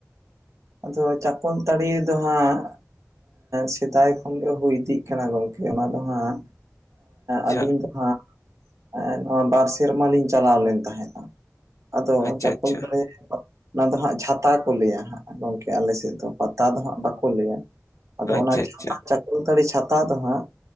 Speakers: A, on the right; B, on the left.
A: ᱟᱫᱚ ᱪᱟᱠᱚᱞ ᱛᱟᱹᱲᱤ ᱫᱚ ᱦᱟᱸᱜ ᱥᱮᱫᱟᱭ ᱠᱷᱚᱱᱜᱮ ᱦᱩᱭ ᱤᱫᱤᱜ ᱠᱟᱱᱟ ᱜᱚᱝᱠᱮ ᱚᱱᱟ ᱫᱚ ᱦᱟᱸᱜ
B: ᱟᱪᱪᱷᱟ
A: ᱟᱹᱞᱤᱧ ᱫᱚ ᱦᱟᱸᱜ ᱱᱚᱣᱟ ᱵᱟᱨ ᱥᱮᱨᱢᱟ ᱞᱤᱧ ᱪᱟᱞᱟᱣ ᱞᱮᱱ ᱛᱟᱦᱮᱸᱫᱟ ᱟᱫᱚ
B: ᱟᱪᱪᱷᱟ
A: ᱪᱟᱠᱚᱞ
B: ᱟᱪᱪᱷᱟ
A: ᱛᱟᱲᱤ ᱨᱮᱫᱚ ᱱᱚᱣᱟ ᱫᱚ ᱦᱟᱸᱜ ᱪᱷᱟᱛᱟ ᱠᱚ ᱞᱟᱹᱭᱟ ᱦᱟᱸᱜ ᱜᱚᱢᱠᱮ ᱟᱞᱮ ᱥᱮᱫ ᱫᱚ ᱯᱟᱛᱟ ᱫᱚ ᱦᱟᱸᱜ ᱵᱟᱠᱚ ᱞᱟᱹᱭᱟ᱾ ᱟᱫᱚ
B: ᱟᱪᱪᱷᱟ
A: ᱚᱱᱟ
B: ᱟᱪᱪᱷᱟ
A: ᱪᱷᱟᱛᱟ <unintelligible> ᱪᱟᱠᱚᱞ ᱛᱟᱲᱤ ᱪᱷᱟᱛᱟ ᱫᱚ ᱦᱟᱸᱜ